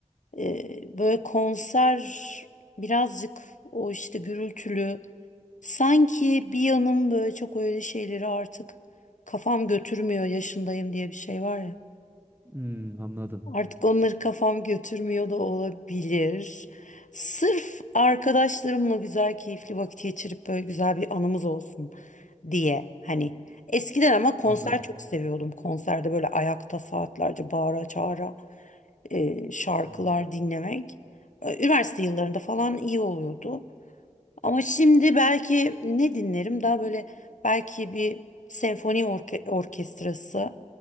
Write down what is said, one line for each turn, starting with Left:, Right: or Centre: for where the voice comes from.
Left: Ee, böyle konser birazcık o işte gürültülü. Sanki bir yanım böyle çok öyle şeyleri artık kafam götürmüyor yaşındayım diye bir şey var ya.
Right: Hmm, anladım.
Left: Artık onları kafam götürmüyor da olabilir. Sırf arkadaşlarımla güzel, keyifli vakit geçirip böyle güzel bir anımız olsun diye. Hani eskiden ama konser
Right: Anladım.
Left: çok seviyordum. Konserde böyle ayakta saatlerce bağıra çağıra e, şarkılar
Right: Hmm,
Left: dinlemek. E, Üniversite yıllarında falan iyi oluyordu. Ama şimdi belki ne dinlerim? Daha böyle belki bir senfoni orke- orkestrası